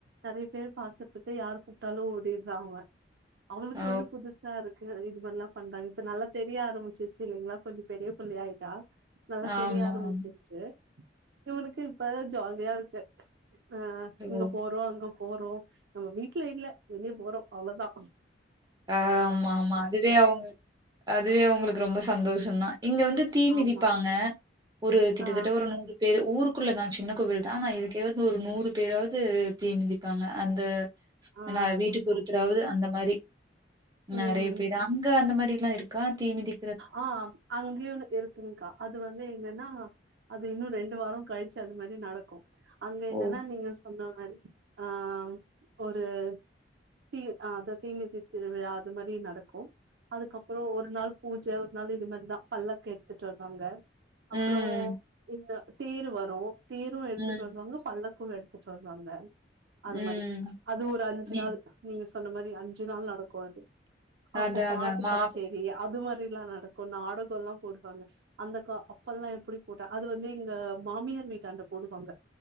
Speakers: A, on the right; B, on the right.
A: நெறைய பேர் பாக்குறதுக்கு யார் கூப்ட்டாலு ஓடிடுறாங்க அவளுக்கு
B: ஓ
A: வந்து புதுசா இருக்கு இதுமதிரல்லா பண்றாங்க இப்ப நல்லா தெரிய ஆரம்பிச்சு இல்லைங்களா கொஞ்சோ பெரிய புள்ளையா ஆயிட்டா நல்லா
B: ஆமா,
A: தெரிய ஆரம்பிச்சிருச்சு
B: ஆமா.
A: இவளுக்கு இப்ப ஜாலியா இருக்கு அ
B: ஓ
A: இங்க போறோ அங்க போறோ நம்ம வீட்டுல இல்ல வெளியே போறோ அவ்வளோ தா
B: ஆ ஆமா ஆமா அதுவே அவங்க அதுவே அவங்களுக்கு ரொம்ப சந்தோஷ தா இங்க வந்து தீ மிதிப்பாங்க
A: ஆமா
B: ஒரு கிட்டத்தட்ட
A: ஆ
B: ஒரு நூறு பேரு ஊருக்குள்ள த சின்ன கோவில் தா ஆனா இதுக்கோவந்து ஒரு நூறு பேராவது தீமிதிப்பாங்க அந்த
A: ஆ
B: என்ன வீட்டுக்கு ஒருத்தராவது அந்த மாதிரி
A: ம்
B: நெறைய பேர் அங்க அந்த மாதிரில்லா இருக்கா தீமிதி
A: ஆ அங்கயு இருக்குங்கா அது வந்து என்னன்னா அது இன்னோ ரெண்டு வாரோ கழிச்சு அது மாதிரி நடக்கு அங்க
B: ஓ!
A: என்னனா நீங்க சொன்ன மாதிரி ஆ ஒரு தீ அ தீமிதி திருவிழா அது மாதிரி நடக்கு அதுக்கப்பறோ ஒரு நாள் பூஜ ஒரு நாள் இது மாதிரிதா பல்லக் எடுத்துட்டு வருவாங்க
B: ம்,
A: அப்பறோ இந்த தேர் வரு தேரு எடுத்துட்டு
B: ம்,
A: வருவாங்க பல்லக்கு எடுத்துட்டு வருவாங்க அது
B: ம்.
A: மாதிரி அது ஒரு அஞ்சு
B: நீ
A: நாள் நீங்க சொன்ன மாதிரி அஞ்சு நாள் நடக்கு அது அப்போ
B: அதான்,
A: பாட்டு
B: அதான். மாவு
A: கச்சேரி அது மாதிரில்லா நடக்கும் நாடகல்லா போடுவாங்க அந்தகா அப்பல்லல்லா எப்டி போட்டா அது வந்து எங்க மாமியார் வீட்டாண்ட போடுவாங்க